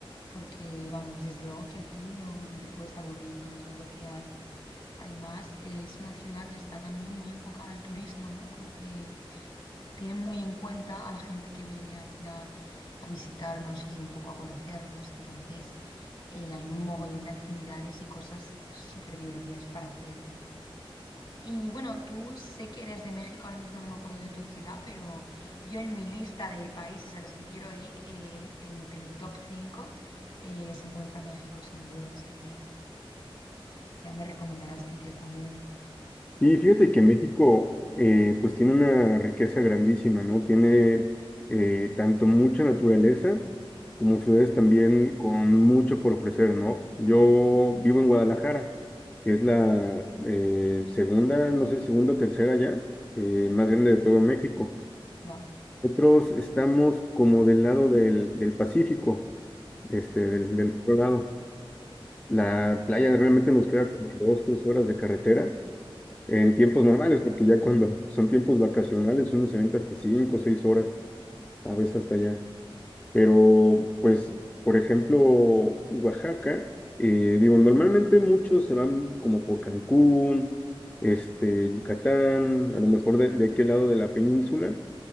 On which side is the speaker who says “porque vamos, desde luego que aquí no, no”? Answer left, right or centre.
Left